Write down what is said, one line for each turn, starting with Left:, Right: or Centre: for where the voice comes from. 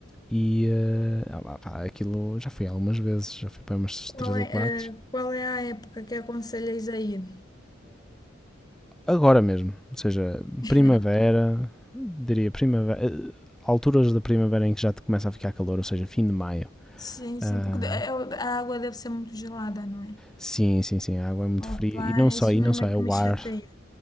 Centre: e eh, ah, pá, aquilo já fui algumas vezes, já fui para umas
Left: Qual
Centre: 3
Left: é,
Centre: ou 4.
Left: eh, qual é a época que aconselhas a ir?
Centre: agora mesmo, ou seja,
Left: <laughs>
Centre: primavera, diria primavera, eh, alturas da primavera em que já te começa a ficar calor, ou seja, fim de maio.
Left: Sim, sim,
Centre: Ahm,
Left: porque de- eu- a água deve ser muito gelada, não é?
Centre: Sim, sim, sim, a água é muito
Left: Opa,
Centre: fria e não só,
Left: isso
Centre: e
Left: mesmo
Centre: não só
Left: é
Centre: é
Left: que
Centre: o
Left: me
Centre: ar,
Left: chateia.